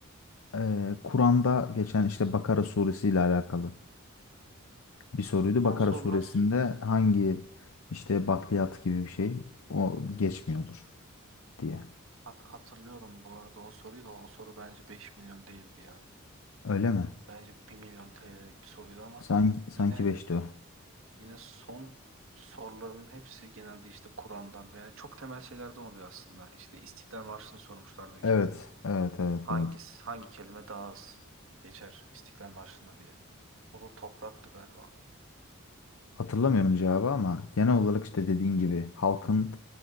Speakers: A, on the left; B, on the right.
A: Ee, Kur'an'da geçen işte Bakara suresi ile alakalı bir soruydu. Bakara
B: Son sorular
A: suresinde hangi işte bakliyat gibi bir şey o geçmiyordur diye.
B: hat- hatırlıyorum bu arada o soruyu da o soru bence 5 milyon değildi ya.
A: Öyle mi?
B: Bence bir milyon TL'lik bir soruydu ama
A: Sanki, sanki
B: yine
A: beşti. o.
B: yine son soruların hepsi genelde işte Kur'an'dan veya çok temel şeylerden oluyor aslında. İşte İstiklal Marşı'nı sormuşlardı bir
A: Evet,
B: kere.
A: evet, evet,
B: Hangisi,
A: evet.
B: hangi kelime daha az geçer İstiklal Marşı'nda diye. O da topraktı galiba.
A: Hatırlamıyorum cevabı ama genel olarak işte dediğin gibi halkın